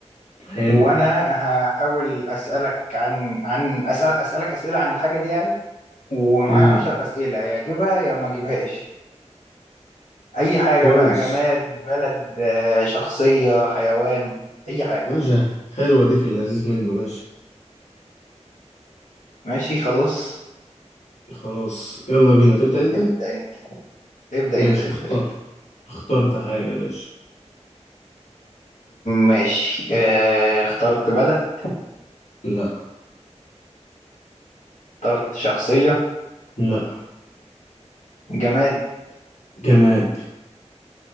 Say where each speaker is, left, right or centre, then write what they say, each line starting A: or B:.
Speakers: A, on the left; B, on the left.
A: حلو
B: وانا هحاول اسالك عن عن اسال اسالك اسئله عن الحاجه دي يعني ومعايا
A: امم
B: عشر اسئله يا اجيبها يا ما اجيبهاش اي حاجه
A: كويس
B: بقى جماد بلد آه، شخصيه حيوان اي حاجه
A: ماشي حلوة دي في اللذيذ منه ماشي
B: ماشي خلاص
A: خلاص يلا بينا تبدأ انت
B: ابدا انت ابدا
A: ماشي
B: انت ابدا
A: اخترت
B: انت
A: اخترت حاجة ماشي
B: ماشي آه، اخترت بلد
A: لا
B: اخترت شخصية
A: لا
B: جماد
A: جماد